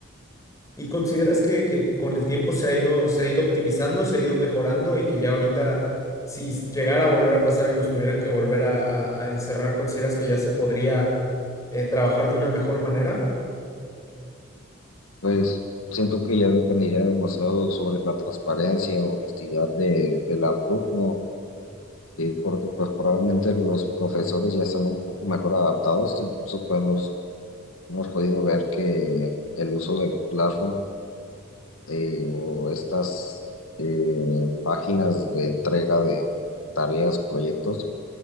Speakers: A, on the left; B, on the left.
A: ¿Y consideras que, que con el tiempo se ha ido, se ha ido optimizando, se ha ido mejorando y que ya ahorita, si llegara a volver a pasar y nos tuvieran que volver a, a- a encerrar, consideras que ya se podría eh, trabajar de una mejor manera?
B: Pues siento que ya dependería demasiado sobre la transparencia o honestidad de, del alumno, eh, porque pues probablemente los profesores ya están un poco mejor adaptados, incluso podemos, hemos podido ver que el uso de Classroom eh, o estas eh, páginas de entrega de tareas o proyectos